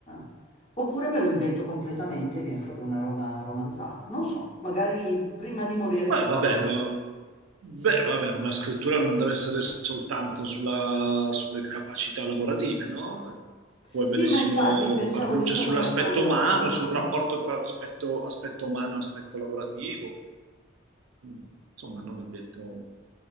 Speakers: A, on the left; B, on the right.
A: eh, Oppure me lo invento completamente e viene fuori una roba romanzata. Non so, magari prima di morire
B: Beh,
A: ci
B: vabbè,
A: provo.
B: eh, beh, vabbè, una scrittura non deve essere soltanto sulla- sulle capacità lavorative, no? Puoi
A: Sì,
B: benissimo
A: ma infatti pensavo
B: far luce
A: di fare
B: sull'aspetto
A: una cosa.
B: umano,
A: mm,
B: sul rapporto
A: mm.
B: tra aspetto, aspetto umano e aspetto lavorativo. Mm, Insomma, non è detto...